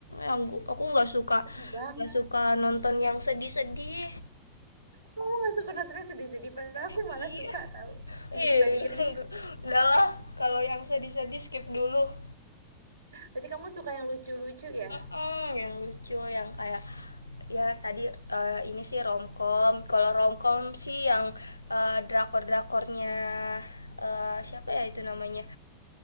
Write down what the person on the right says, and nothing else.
Sedih banget.
Kamu nggak suka nonton yang sedih-sedih, padahal aku malah
suka tahu
menyiksa diri.
Berarti kamu suka yang lucu-lucu ya?